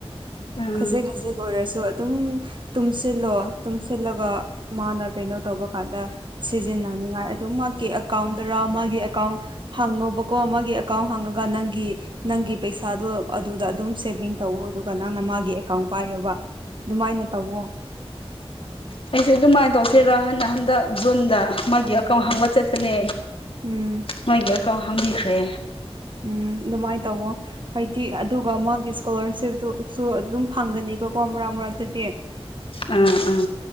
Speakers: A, on the left; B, on the right.
A: ꯎꯝ
B: ꯈꯖꯤꯛ ꯈꯖꯤꯛ ꯑꯣꯏꯔꯁꯨ ꯑꯗꯨꯝ ꯇꯨꯡꯁꯤꯜꯂꯣ ꯇꯨꯡꯁꯤꯜꯂꯒ ꯃꯥꯅ ꯀꯩꯅꯣ ꯇꯧꯕ ꯀꯥꯟꯗ ꯁꯤꯖꯤꯟꯅꯅꯤꯉꯥꯏ ꯑꯗꯨꯝ ꯃꯥꯒꯤ ꯑꯦꯀꯥꯎꯟꯗꯔꯥ ꯃꯥꯒꯤ ꯑꯦꯀꯥꯎꯟ ꯍꯥꯡꯉꯣꯕꯀꯣ ꯃꯥꯒꯤ ꯑꯦꯀꯥꯎꯟ ꯍꯥꯡꯉꯒ ꯅꯪꯒꯤ ꯅꯪꯒꯤ ꯄꯩꯁꯥꯗꯣ ꯑꯗꯨꯗ ꯑꯗꯨꯝ ꯁꯦꯚꯤꯡ ꯇꯧꯑꯣ ꯑꯗꯨꯒ ꯅꯪꯅ ꯃꯥꯒꯤ ꯑꯦꯀꯥꯎꯟ ꯄꯥꯏꯌꯣꯕ ꯑꯗꯨꯃꯥꯏꯅ ꯇꯋꯣ
A: ꯑꯩꯁꯨ ꯑꯗꯨꯃꯥꯏꯅ ꯇꯧꯁꯤꯔ ꯍꯥꯏꯅ ꯍꯟꯗꯛ ꯖꯨꯟꯗ ꯃꯥꯒꯤ ꯑꯦꯀꯥꯎꯟ ꯍꯥꯡꯕ ꯆꯠꯄꯅꯦ
B: ꯎꯝ
A: ꯃꯥꯒꯤ ꯑꯦꯀꯥꯎꯟ ꯍꯥꯡꯕꯤꯈ꯭ꯔꯦ
B: ꯎꯝ ꯑꯗꯨꯃꯥꯏꯅ ꯇꯧꯑꯣ ꯍꯥꯏꯗꯤ ꯑꯗꯨꯒ ꯃꯥꯒꯤ ꯏꯁꯀꯣꯂꯥꯔꯁꯤꯞꯇꯨꯁꯨ ꯑꯗꯨꯝ ꯐꯪꯒꯅꯦꯕꯀꯣ ꯃꯔꯛ ꯃꯔꯛꯇꯗꯤ
A: ꯑꯥ ꯑꯥ